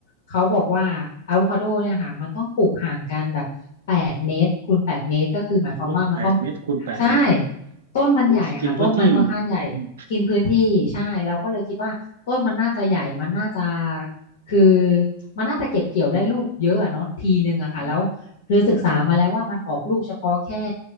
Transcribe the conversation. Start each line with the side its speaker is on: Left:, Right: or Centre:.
Left: เขาบอกว่าอะโวคาโดเนี่ยค่ะมันต้องปลูกห่างกันแบบแปดเมตรคูณแปดเมตรก็คือหมายความว่ามันต้อง
Right: อุ้ยแปดเมตรคูณแปดเลยเหรอ
Left: ใช่ต้นมันใหญ่อะค่ะต้นมันค่อนข้างใหญ่
Right: อุ้ยกินพื้นที่อืม
Left: กินพื้นที่ใช่เราก็เลยคิดว่าต้นมันน่าจะใหญ่มันน่าจะคือมันน่าจะเก็บเกี่ยวได้ลูกเยอะอะเนาะทีหนึ่งอะค่ะแล้ว
Right: อ๋อ
Left: คือศึกษามาแล้วว่ามันออกลูกเฉพาะแค่